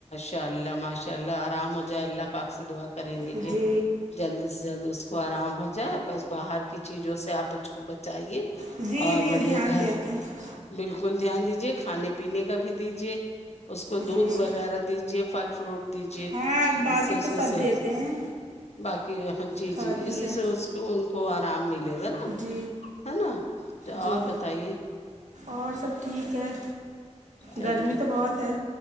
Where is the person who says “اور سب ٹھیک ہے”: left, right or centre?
Right